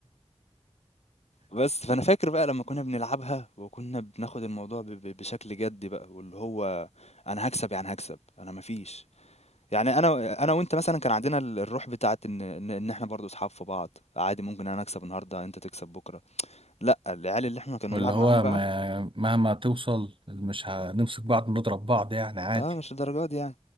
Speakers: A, on the left (about 80°); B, on the right (about 50°).
A: بس فانا فاكر بقى لما كنا بنلعبها وكنا بناخد الموضوع ب- ب- بشكل جدي بقى واللي هو انا هكسب يعني هكسب انا مفيش يعني انا انا وانت مثلا كان عندنا ال- الروح بتاعت ان ان إن احنا برضو اصحاب في بعض عادي ممكن انا اكسب النهارده انت تكسب بكره لا العيال اللي احنا كنا
B: واللي
A: بنلعب
B: هو
A: معاهم بقى
B: ما مهما توصل مش هنمسك بعض نضرب بعض يعني عادي
A: اه مش الدرجات دي يعني